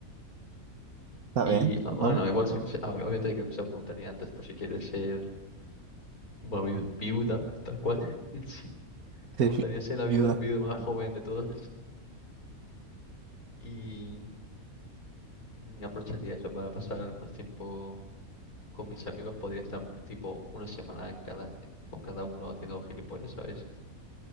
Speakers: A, on the right (about 80°); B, on the left (about 90°).
A: bien,
B: Y ah,
A: ¿vale?
B: bueno, igual se- se- ah, obviamente creo que se lo preguntaría antes por si quieres ser una viu- viuda, tal cual. <laughs> Sí, te
A: Sí,
B: gustaría
A: sí,
B: ser la
A: viuda.
B: viuda, viuda más joven de todos. Y mm, aprovecharía eso para pasar más tiempo con mis amigos. Podría estar tipo una semana cada, con cada uno haciendo gilipollas, ¿sabes?